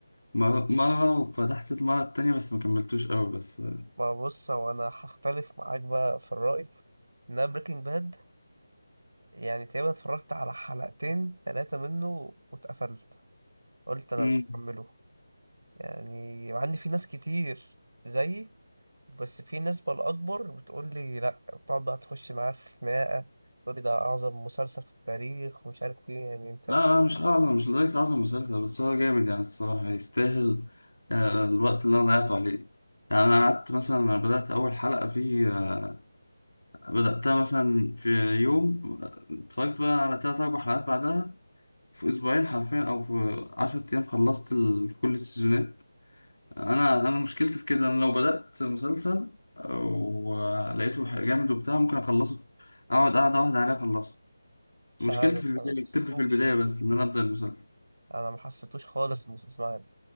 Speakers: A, on the left; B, on the right.
A: مر- مرة وفتحت المرة التانية بس ما كملتوش أوي بس آه،
B: ما بص هو انا هختلف معاك بقى في الرأي ان انا بريكنج باد يعني تقريبا اتفرجت على حلقتين ثلاثة منه واتقفلت قلت انا
A: مم.
B: مش هكمله يعني عندي في ناس كتير زيي بس في نسبة الأكبر بتقول لي لأ بتقعد بقى تخش معاه في خناقة تقول لي ده أعظم مسلسل في التاريخ ومش عارف إيه يعني أنت
A: لا لا، مش أعظم مش لدرجة أعظم مسلسل بس هو جامد يعني الصراحة يستاهل آه، الوقت اللي أنا ضيعته عليه يعني أنا قعدت مثلا أنا بدأت أول حلقة فيه آه، بدأتها مثلا في يوم آه، اتفرجت بقى على تلات أربع حلقات بعدها في اسبوعين حرفيا او في 10 ايام خلصت ال- كل السيزونات انا انا مشكلتي في كده انا لو بدأت مسلسل ولقيته ح- جامد وبتاع ممكن اخلصه في- اقعد قاعدة واحدة عليه اخلصه
B: مش
A: مشكلتي
B: عارف
A: في البداية
B: أنا ما حسيتوش
A: بتبقى في البداية
B: يعني
A: بس ان انا ابدأ المسلسل
B: أنا ما حسيتوش خالص المسلسل يعني